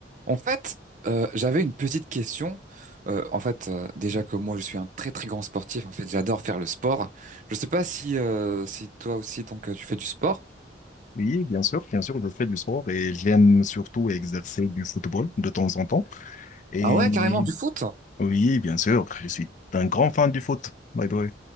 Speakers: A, on the right; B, on the left.
A: En fait, euh, j'avais une petite question. Euh, en fait, euh, déjà que moi, je suis un très très grand sportif. En fait, j'adore faire le sport. Je sais pas si euh, si toi aussi, donc euh, tu fais du sport.
B: Oui, bien sûr, bien sûr, je fais du sport et j'aime surtout exercer du football de temps en temps. Et
A: Ah ouais, carrément du foot.
B: Ah, oui, bien sûr, je suis un grand fan du foot, by the way.